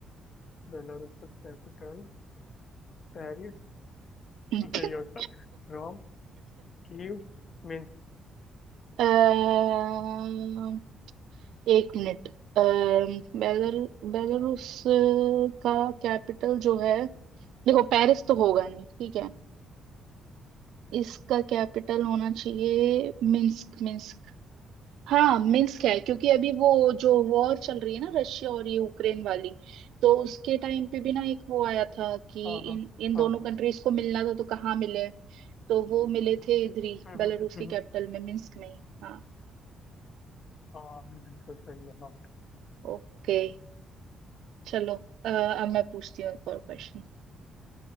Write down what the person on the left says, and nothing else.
बेलारूस का कैपिटल पेरिस
<laughs> नहीं होगा रोम कीव मिन्स
हाँ हाँ
हाँ।
हम्म
हम्म,
हम्म,
हाँ बिल्कुल सही है हाँ